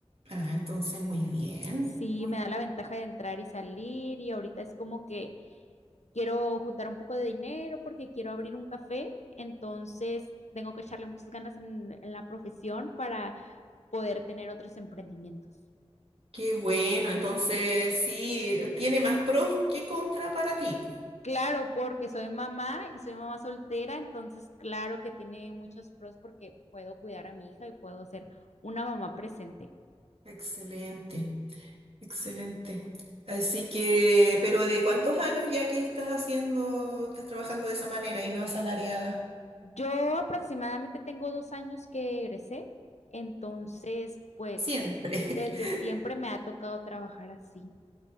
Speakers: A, on the right; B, on the left.
A: Ah, entonces muy bien.
B: Sí,
A: Muy,
B: me da la ventaja de entrar y salir y ahorita es como que quiero juntar un poco de dinero porque quiero abrir un café, entonces tengo que echarle muchas ganas en, en la profesión para poder tener otros emprendimientos.
A: qué bueno. Entonces sí, tiene más pros que contra para ti.
B: Claro, porque soy mamá y soy mamá soltera, entonces claro que tiene muchos pros porque puedo cuidar a mi hija y puedo ser una mamá presente.
A: Excelente, excelente. Así que, pero ¿de cuántos años ya que estás haciendo, estás trabajando de esa manera y no asalariada?
B: Yo aproximadamente tengo dos años que egresé, entonces pues
A: Siempre.
B: desde
A: <laughs>
B: siempre me ha tocado trabajar así.